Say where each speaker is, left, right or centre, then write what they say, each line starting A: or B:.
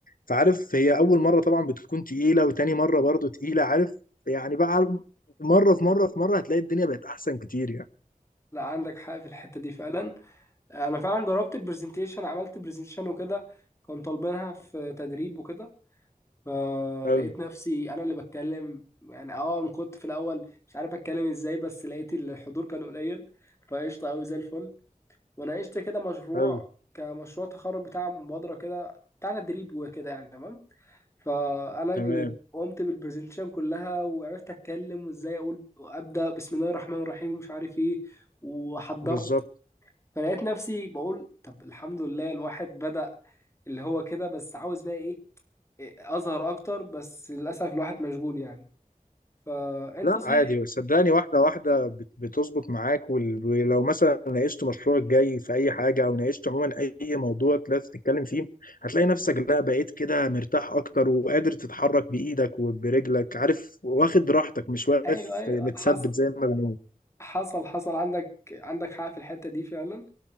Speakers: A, on the left (about 75°); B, on the left (about 20°).
A: فعارف هي أول مرة طبعا بتكون تقيلة وتاني مرة برضو تقيلة عارف يعني بقى مرة في مرة في مرة هتلاقي الدنيا بقت أحسن كتير يعني
B: <laughs> لا عندك حق في الحته دي فعلا آه، انا فعلا جربت البرزنتيشن عملت برزنتيشن وكده كان طالبينها في تدريب وكده فلقيت
A: حلو
B: نفسي انا اللي بتكلم يعني اه أنا كنت في الاول مش عارف اتكلم ازاي بس لقيت الحضور كان قليل فقشطه قوي زي الفل وناقشت كده مشروع
A: حلو
B: كمشروع تخرج بتاع مبادرة كده بتاع تدريب وكده يعني تمام فأنا
A: تمام
B: اللي قمت بالبرزنتيشن كلها وعرفت أتكلم وإزاي أقول أبدأ بسم الله الرحمن الرحيم ومش عارف إيه وحضرت
A: بالظبط
B: فلقيت نفسي بقول طب الحمد لله الواحد بدأ اللي هو كده بس عاوز بقى إيه إيه، أظهر أكتر بس للأسف الواحد مشغول يعني فأنت
A: لا
B: صحيح
A: عادي صدقني واحدة واحدة بت- بتظبط معاك وال- ولو مثلا ناقشت مشروعك الجاي في أي حاجة أو ناقشت عموما أي موضوع طلعت تتكلم فيه هتلاقي نفسك لا بقيت كده مرتاح أكتر وقادر تتحرك بإيدك وبرجلك عارف واخد راحتك مش واقف
B: أيوه أيوه
A: متثبت
B: حصل
A: زي ما بنقول
B: حصل حصل عندك عندك حق في الحتة دي فعلا